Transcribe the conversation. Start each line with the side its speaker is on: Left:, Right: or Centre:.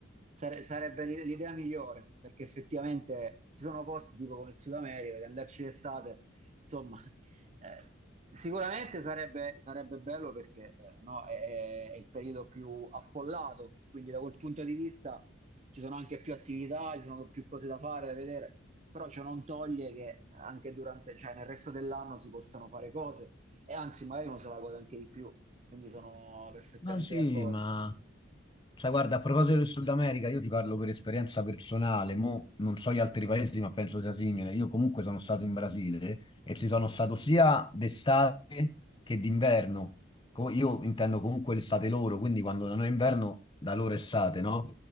Right: sare- sarebbe l'i- l'idea migliore, perché effettivamente ci sono posti tipo come il Sud America, che andarci d'estate, insomma, <laughs> eh, sicuramente sarebbe, sarebbe bello perché eh, no, è, è- è il periodo più affollato, quindi da quel punto di vista ci sono anche più attività, ci sono più cose da fare, da vedere, però ciò non toglie che anche durante, cioè nel resto dell'anno si possano fare cose e anzi magari uno se la gode anche di più, quindi sono perfettamente
Left: No, sì,
Right: d'accordo.
Left: ma sai, guarda, a proposito del Sud America, io ti parlo per esperienza personale, mo non so gli altri paesi, ma penso sia simile. Io comunque sono stato in Brasile e ci sono stato sia d'estate che d'inverno. Co- Io intendo comunque l'estate loro, quindi quando non è inverno, da loro è estate, no?